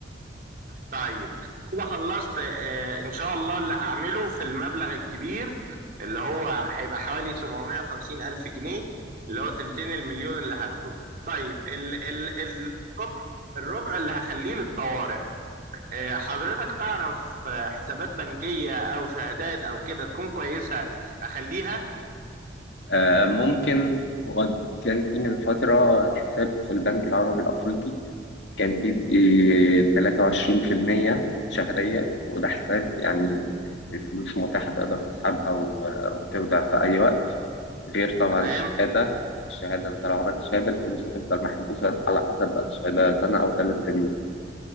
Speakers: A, on the right; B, on the left.
A: طيب كده خلصت آه، ان شاء الله اللي هعمله في المبلغ الكبير اللي هو هيبقى حوالي 750 الف جنيه اللي هو تلتين المليون اللي هاخده طيب ال ال ال- الربع الربع اللي هخليه للطوارئ آه، حضرتك تعرف آه، حسابات بنكية او شهادات او كده تكون كويسة اخليها
B: آه، ممكن هو كان في من فترة حساب في البنك العربي الأفريقي كان بيدي 23% شهرية وده حساب يعني الفلوس متاحة تقدر تسحبها و- وتودع في أي وقت غير طبعا
A: تمام
B: الشهادة الشهادة أنت لو عملت شهادة الفلوس هتفضل محبوسة على حسب بقى شهادة سنة أو ثلاث سنين